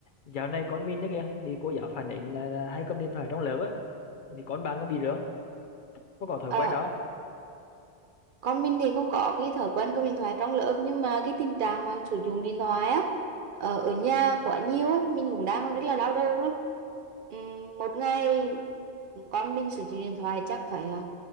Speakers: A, on the left; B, on the right.
A: Dạo này con mình đó kìa, bị cô giáo phản ánh là, là hay cầm điện thoại trong lớp á. Thì con bạn có bị rửa, có có thói
B: Ờ,
A: quen đó.
B: con mình thì không có cái thói quen cầm điện thoại trong lớp nhưng mà cái tình trạng mà sử dụng điện thoại á ở, ở nhà quá nhiều á, mình cũng đang rất là đau đầu luôn Ừm, một ngày con mình sử dụng điện thoại chắc phải ờ,